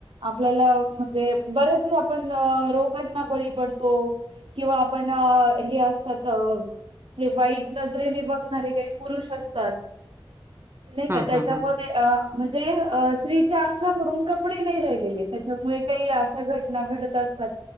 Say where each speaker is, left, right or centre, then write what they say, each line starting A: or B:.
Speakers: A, on the right (about 70°); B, on the right (about 25°).
A: आपल्याला म्हणजे बरेच आपण रोगांना बळी पडतो किंवा आपण हे असतात जे वाईट नजरेने बघणारे काही पुरुष असतात नाही
B: हं
A: का त्याच्यामध्ये
B: हं हं
A: अ म्हणजे असं? स्त्रीच्या अंगावरून कपडे नाही राहिलेले, त्याच्यामुळे काही अशा घटना घडत असतात